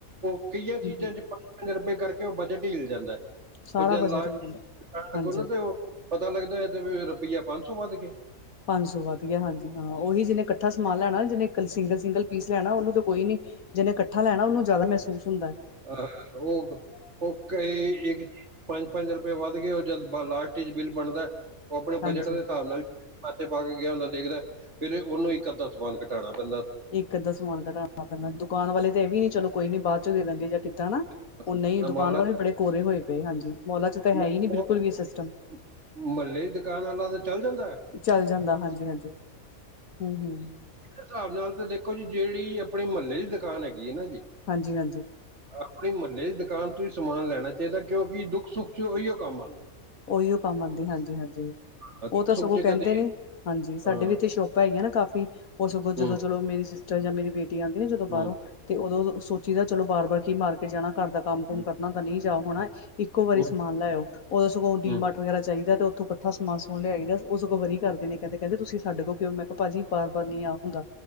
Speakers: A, on the right; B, on the left.
A: ਓ ਕਈਆਂ ਚੀਜ਼ਾਂ
B: ਹੂੰ,
A: ਚ ਪੰਜ ਪੰਜ ਰੁਪਏ ਕਰਕੇ ਓ ਬਜਟ ਈ ਹਿਲ ਜਾਂਦਾ ਐ।
B: ਸਾਰਾ
A: ਓ ਜਦ
B: ਬਜਟ
A: ਲਾ
B: ਵੀ ਜਾਂਦਾ ਹਾਂਜੀ
A: ਅੱਗੋ ਨਾ ਤੇ ਓ ਪਤਾ ਲੱਗਦਾ ਐ ਤੇ ਰੁਪਈਆ ਪੰਜ ਸੌ ਵੱਧ ਗਿਆ।
B: ਪੰਜ ਸੌ ਵਧ ਗਿਆ ਹਾਂਜੀ ਹਾਂ ਉਹੀ ਜਿਨੇ ਕੱਠਾ ਸਮਾਨ ਲੈਣਾ ਨਾ ਜਿਨੇ। ਸਿੰਗਲ ਸਿੰਗਲ ਪੀਸ ਲੈਣਾ ਉਨੂੰ ਤਾ ਕੋਈ ਨੀ ਜਿਨੇ ਕੱਠਾ ਲੈਣਾ ਉਨੂੰ ਜ਼ਿਆਦਾ ਮਹਿਸੂਸ ਹੁੰਦਾ ਐ।
A: ਹ ਓਗ ਓ ਕਈ। ਇੱਕ ਪੰਜ, ਪੰਜ ਰੁਪਏ ਵੱਧ ਗਏ ਓ ਜਦ ਲਾਸਟ ਚ ਬਿੱਲ ਬਣਦੈ। ਓ ਆਪਣੇ
B: ਹਾਂਜੀ
A: ਬਜਟ ਦੇ ਸਾਬ ਨਾਲ। ਪਾਸੇ ਪਾ ਕੇ ਗਿਆ ਹੁੰਦਾ ਦੇਖਦਾ ਫੇਰ ਉਨੂੰ ਇੱਕ ਅੱਧਾ ਸਮਾਨ ਘਟਾਉਣਾ ਪੈਂਦਾ ਉੱਥੇ।
B: ਇੱਕ ਅੱਧਾ ਸਮਾਨ ਘਟਾਣਾ ਪੈਂਦਾ ਦੁਕਾਨ ਵਾਲੇ ਤੇ ਇ ਵੀ ਨੀ ਚਲੋ ਕੋਈ ਨੀ। ਬਾਅਦ ਚੋਂ ਦੇ ਲਾਂਗੇ ਜਾਂ ਕਿਦਾਂ ਨਾ
A: ਹਾਂ,
B: ਓ ਨਈ
A: ਮਾਲਾਂ
B: ਦੁਕਾਨ ਵਾਲੇ
A: ਚ
B: ਵੀ ਬੜੇ ਕੋਰੇ ਹੋਏ ਪਏ ਹਾਂਜੀ। ਮੋਲਾ ਚ ਤਾਂ ਹੈ
A: ਨਹੀਂ,
B: ਈ ਨਈ
A: ਉਹ
B: ਬਿਲਕੁਲ ਵੀ ਸਿਸਟਮ।
A: ਮਹੱਲੇ ਦੀ ਦੁਕਾਨ ਆਲਾ ਤੇ ਚੱਲ ਜਾਂਦਾ ਐ।
B: ਚੱਲ ਜਾਂਦਾ, ਹਾਂਜੀ ਹਾਂਜੀ ਹੁੰ ਹੁੰ।
A: ਹਿਸਾਬ ਨਾਲ ਤੇ ਦੇਖੋ ਜੀ ਜਿੜੀ ਆਪਣੇ ਮਹੱਲੇ ਦੀ ਦੁਕਾਨ ਹੈਗੀ ਐ ਨਾ ਜੀ।
B: ਹਾਂਜੀ। ਹਾਂਜੀ।
A: ਆਪਣੇ ਮਹੱਲੇ ਦੀ ਦੁਕਾਨ ਤੋਂ ਈ ਸਮਾਨ ਲੈਣਾ ਚਾਈਦਾ ਕਿਉਂਕਿ ਦੁੱਖ ਸੁੱਖ ਚ ਉਈਓ ਕੰਮ ਆਂਦੇ ਨੇ।
B: ਓਹੀਓ ਕੰਮ ਆਂਦੇ ਹਾਂਜੀ ਹਾਂਜੀ
A: ਦੁੱਖ
B: ਓ ਤਾਂ
A: ਸੁੱਖ
B: ਸਗੋਂ
A: ਚ
B: ਕੈਂਦੇ
A: ਕਦੀ
B: ਨੇ ਹਾਂਜੀ ਸਾਡੇ
A: ਹਾਂ,
B: ਵੀ ਇੱਥੇ ਸ਼ੋਪ ਭਾਈ ਆ ਨਾ ਕਾਫ਼ੀ ਓ ਸਗੋਂ
A: ਹੂੰ
B: ਜਦੋਂ
A: ਹੂੰ
B: ਚਲੋ ਮੇਰੀ ਸਿਸਟਰ ਜਾਂ ਮੇਰੀ ਬੇਟੀ ਆਂਦੀ ਨਾ ਜਦੋਂ ਬਾਅਰੋਂ।
A: ਹੂੰ
B: ਤੇ ਉਦੋਂ ਸੋਚੀ ਦਾ ਚਲੋ ਬਾਰ ਬਾਰ ਕੀ ਮਾਰਕੀਟ ਜਾਣਾ ਘਰ ਦਾ ਕੰਮ ਕੁਮ
A: ਹੂੰ
B: ਕਰਨਾ ਤਾਂ ਨੀ ਜਾਣ ਹੋਣਾ ਇੱਕੋ ਵਾਰੀ
A: ਹੂੰ
B: ਸਮਾਨ
A: ਹੂੰ,
B: ਲੈ ਆਓ ਉਦੋਂ ਸਗੋਂ ਡੀ
A: ਹੂੰ,
B: ਮਾਰਟ ਵਗੈਰਾ ਜਾਈਦਾ ਤੇ ਉੱਥੋਂ ਕੱਠਾ ਸਮਾਨ ਸਮੂਣ ਲਿਆਈਦਾ ਓ ਸਗੋਂ ਵਰੀ ਕਰਦੇਨੇ ਕੈਂਦੇ ਕੈਂਦੇ ਤੁਸੀਂ ਸਾਡੇ ਕੋ ਕਿਉ ਨੀ ਮੈਂ ਕੇਆ ਭਾਜੀ ਬਾਰ ਬਾਰ ਨੀ ਆ ਹੁੰਦਾ